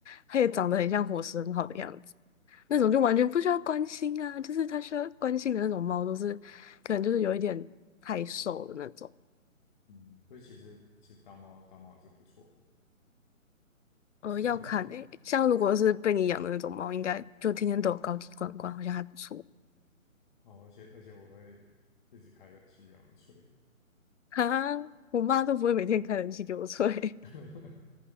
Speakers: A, on the left; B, on the left.
A: 它也长得很像伙食很好的样子，那种就完全不需要关心啊，就是它需要关心的那种猫都是，可能就是有一点太瘦的那种。
B: 嗯，所以其实其实当猫当猫也是不错的。
A: 呃，
B: <laughs>
A: 要看诶、像如果是被你养的那种猫，应该就天天都有高级罐罐，好像还不错。
B: 哦，而且而且我会一直开冷气给他们吹，
A: 哈，我妈都不会每天开冷气给我吹。
B: <laughs>